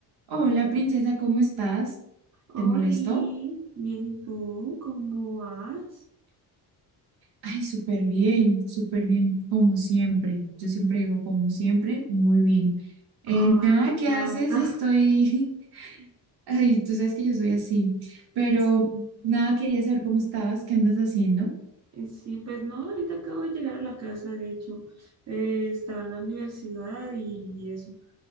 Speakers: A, on the right; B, on the right.
A: Hola, princesa, ¿cómo estás?
B: Oli,
A: ¿Te molestó?
B: bien, ¿y tú? ¿Cómo vas?
A: Ay, súper bien, súper bien, como siempre. Yo siempre digo, como siempre, muy bien. Eh,
B: Ay,
A: nada,
B: me encanta.
A: ¿qué haces? Estoy... <laughs> Ay, tú sabes que yo soy así,
B: <laughs>
A: pero nada, quería saber cómo estabas, qué andas haciendo.
B: Sí, sí, pues no, ahorita acabo de llegar a la casa, de hecho, Eh, estaba en la universidad y, eso.